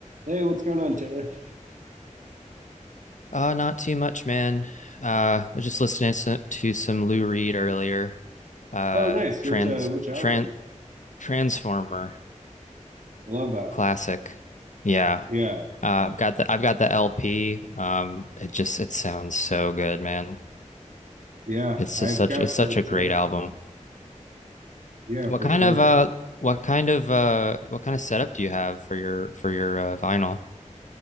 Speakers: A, on the right; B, on the left.
A: Hey, what's going on, Taylor?
B: Uh, not too much, man. Uh, I was just listening to, to some Lou Reed earlier. Uh,
A: Oh, nice.
B: trans
A: Which uh which album?
B: trans Transformer
A: Love that
B: classic.
A: one.
B: Yeah.
A: Yeah.
B: Uh, I've got the I've got the LP. Um, it just it sounds so good, man.
A: Yeah,
B: It's
A: I've
B: just such
A: got
B: it's such
A: that
B: a great
A: too.
B: album.
A: Yeah,
B: What
A: for
B: kind
A: sure.
B: of uh what kind of uh what kind of setup do you have for your for your uh, vinyl?